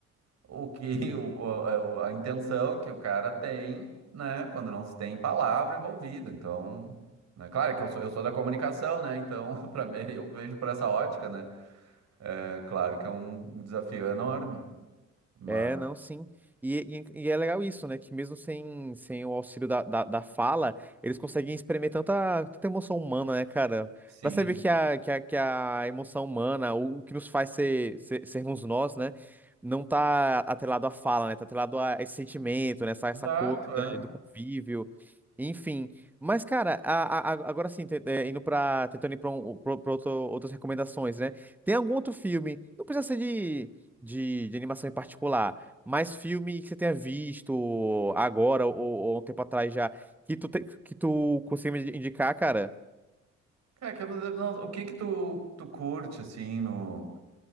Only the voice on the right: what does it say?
o que <laughs> o, o- é a intenção que o cara tem, né, quando não se tem palavra envolvida. Então, né, claro que eu sou, eu sou da comunicação, né? Então, <laughs> para mim, eu vejo por essa ótica, né? É claro que é um desafio enorme, mas
sim.
Exato,
é.
É que eu não- não- o que que tu, tu curte assim no